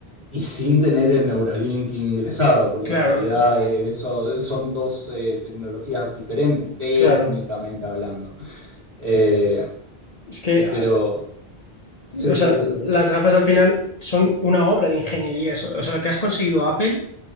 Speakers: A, on the right; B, on the left.
A: Y sin tener el Neuralink ingresado, porque
B: claro,
A: en realidad
B: o sea,
A: eso, son dos eh, tecnologías diferentes, técnicamente
B: claro.
A: hablando. Eh,
B: Es que
A: eh, pero, sí,
B: O sea,
A: sí, sí.
B: las gafas al final son una obra de ingeniería. Eso- O sea, lo que has conseguido Apple